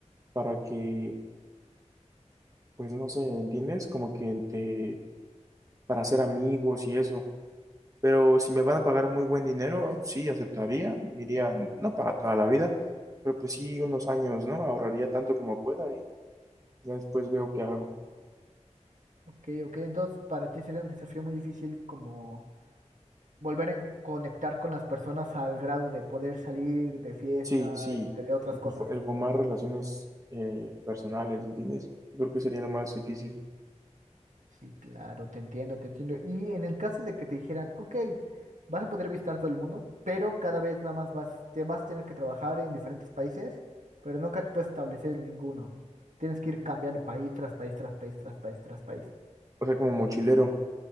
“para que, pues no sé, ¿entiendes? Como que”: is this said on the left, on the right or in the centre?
Right